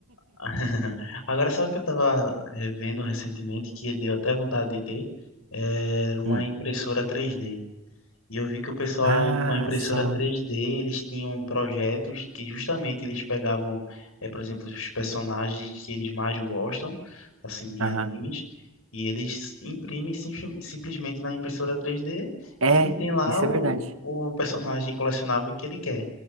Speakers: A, on the left; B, on the right.
A: <laughs> Agora, sabe o que eu estava vendo recentemente, que deu até vontade de ter? Era uma
B: Hum.
A: impressora 3D. E eu vi que o pessoal
B: Ah,
A: com a impressora
B: só.
A: 3D, eles tinham projetos que justamente eles pegavam, eh, por exemplo, os personagens que eles mais gostam, assim, de
B: Aham.
A: animes, e eles imprimem sim- simplesmente na impressora 3D
B: É,
A: e ele tem lá
B: isso
A: o,
B: é verdade.
A: o personagem colecionável que ele quer.